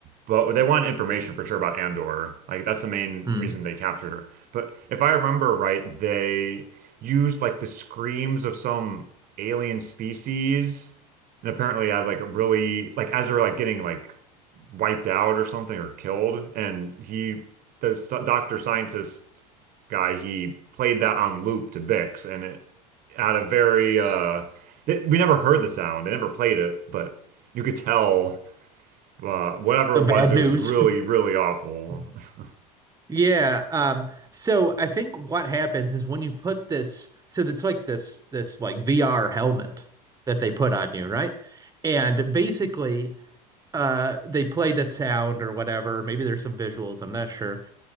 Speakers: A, on the right; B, on the right.
A: but they wanted information for sure about Andor. Like that's the main
B: Hmm.
A: reason they captured her. But if I remember right, they used like the screams of some alien species and apparently as like really like as they're like getting like wiped out or something or killed. And he, the s- doctor scientist guy, he played that on loop to Bix, and it had a very uh, th- we never heard the sound. They never played it, but you could tell uh, whatever
B: the
A: it
B: bad
A: was, it
B: news
A: was really, really awful.
B: <laughs>
A: <laughs>
B: Yeah, um, so I think what happens is when you put this, so it's like this this like VR helmet that they put on you, right? And basically, uh, they play the sound or whatever. Maybe there's some visuals, I'm not sure.